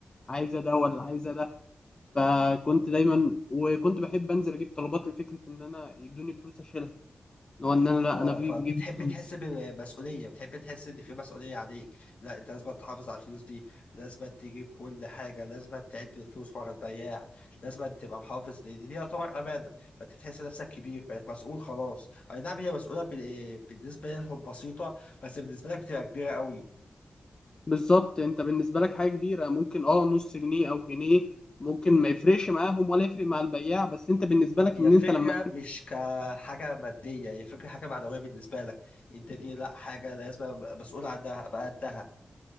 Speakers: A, on the left; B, on the left.
A: عايزه ده ولا عايزه ده فكنت دايما وكنت بحب انزل اجيب طلبات لفكره ان انا يدوني فلوس اشيلها اللي هو ان انا لا
B: اه
A: انا في
B: فبتحب
A: جيب فلوس
B: تحس بمسؤوليه بتحب تحس ان في مسؤوليه عليك لا انت لازم تحافظ على الفلوس دي لازم تجيب كل حاجه لازم تعد الفلوس ورا البياع لازم تبقى محافظ لان دي يعتبر امانه فانت تحس نفسك كبير بقيت مسؤول خلاص اي نعم هي مسؤوله بال- بالنسبه لهم بسيطه بس بالنسبه لك بتبقى كبيره قوي
A: بالظبط انت بالنسبه لك حاجه كبيره ممكن اه نص جنيه او جنيه ممكن ما يفرقش معاهم ولا يفرق مع البياع بس انت بالنسبه لك
B: هي
A: ان
B: فكرة
A: انت لما
B: مش كحاجة مادية هي فكرة حاجة معنوية بالنسبة لك انت دي لا حاجة لازم أبقى مسؤول عنها ابقى قدها